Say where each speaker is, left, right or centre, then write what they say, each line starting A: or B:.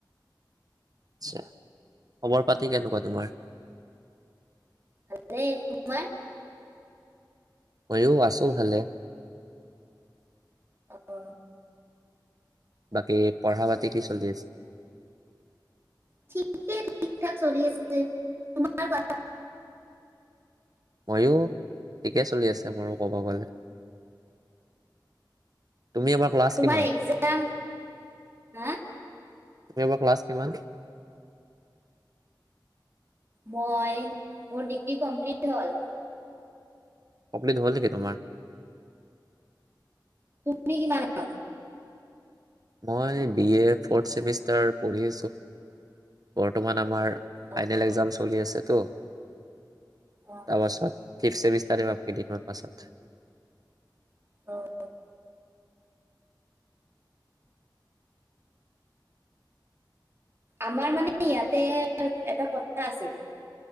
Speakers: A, on the right (about 50°); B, on the right (about 30°).
A: আচ্ছা। খবৰ পাতি কেনেকুৱা তোমাৰ?
B: ভালেই। তোমাৰ?
A: ময়ো আছো ভালে।
B: আহ।
A: বাকী পঢ়া পাতি কি চলি আছে?
B: ঠিকেই ঠিক ঠাক চলি আছে। তোমাৰ কোৱা?
A: ময়ো ঠিকে চলি আছে মোৰো কব গলে। তুমি এবাৰ ক্লাছ
B: তোমাৰ
A: কিমান?
B: এক্সাম হা
A: তুমি এবাৰ ক্লাছ কিমান?
B: মই মোৰ ডিগ্ৰী কমপ্লিট হ'ল।
A: কপ্লিট হ'ল নেকি তোমাৰ?
B: তুমি কিমানত?
A: মই বি এ ফৰ্থ চেমিষ্টাৰ পঢ়ি আছো বৰ্তমান আমাৰ ফাইনেল
B: অ,
A: একজাম চলি আছে তো
B: অ,
A: তাৰপাছত ফিফ্থ ছেমিষ্টাৰ এ পাম কেইদিনমান পাছত।
B: অঁ। আমাৰ মানে ইয়াতে এটা কথা আছিল